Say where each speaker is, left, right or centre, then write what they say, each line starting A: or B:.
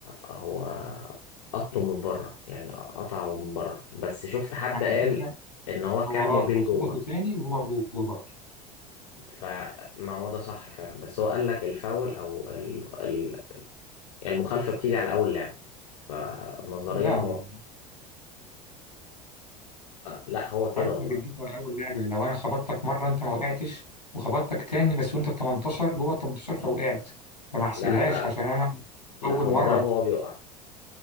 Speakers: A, on the left; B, on the left.
A: هو قطه من بره يعني قطعه من بره بس شفت حد
B: على
A: قال
B: فكره
A: إن هو
B: هو
A: كمل
B: اه هو
A: بيه لجوه
B: خبطه تاني وهو جوه برضه
A: فما هو ده صح فعلا بس هو قال لك الفاول أو ال- ال- المخالفة بتيجي على أول لعبة فنظريا
B: لا على
A: هو لا هو كده
B: عارف
A: والله
B: انك بتجيب ورا اول لعبه لو انا خبطتك مره انت ما وقعتش وخبطتك تاني بس وانت ال 18 جوه ال 18 فوقعت فما احسبهاش
A: لا لا
B: عشان انا
A: لا
B: اول
A: هو
B: مره
A: ضربه هو بيقع